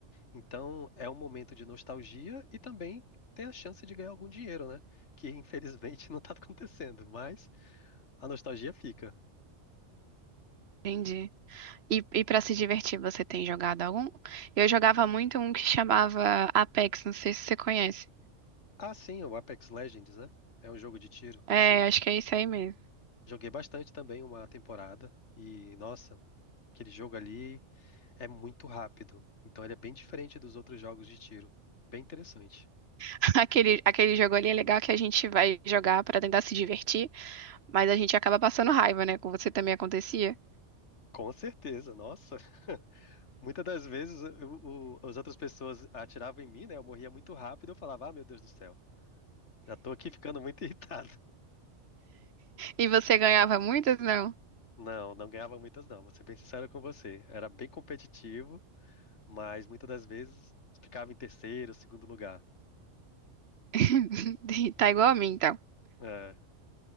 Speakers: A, on the left; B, on the right.
A: Então, é um momento de nostalgia e também tem a chance de ganhar algum dinheiro, né? Que infelizmente <laughs> não tá acontecendo, mas a nostalgia fica.
B: Entendi. E, e para se divertir, você tem jogado algum? Eu jogava muito um que chamava Apex, não sei se você conhece.
A: Ah, sim, o Apex Legends, né? É um jogo de tiro,
B: É,
A: sim.
B: acho que é isso aí mesmo.
A: Joguei bastante também uma temporada e, nossa, aquele jogo ali é muito rápido. Então, ele é bem diferente dos outros jogos de tiro. Bem interessante.
B: <laughs> Aquele, aquele jogo ali é legal que a gente vai jogar pra tentar se divertir, mas a gente acaba passando raiva, né? Com você também acontecia.
A: Com certeza, nossa. <laughs> Muitas das vezes eu- o- as outras pessoas atiravam em mim, né? Eu morria muito rápido, eu falava, ah, meu Deus do céu. Já tô aqui ficando muito <laughs> irritado.
B: E você ganhava muitas, não?
A: Não, não ganhava muitas não, vou ser bem sincero com você. Era bem competitivo, mas muitas das vezes ficava em terceiro, segundo lugar.
B: <laughs> Tá igual a mim, então.
A: É,